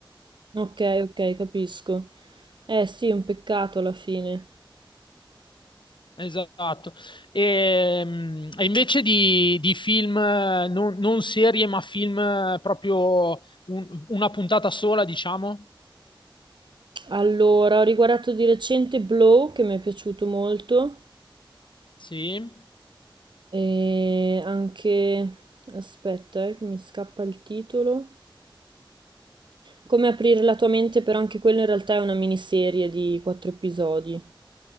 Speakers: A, on the right (about 60°); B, on the left (about 65°).
A: Ok, ok, capisco. Eh sì, è un peccato alla fine.
B: Esatto. E, mh, e invece di, di film, eh, non, non serie, ma film eh, proprio un- una puntata sola, diciamo.
A: Allora, ho riguardato di recente Blow, che mi è piaciuto molto,
B: Sì.
A: e anche... aspetta, eh, che mi scappa il titolo. Come aprire la tua mente, però anche quella in realtà è una miniserie di quattro episodi.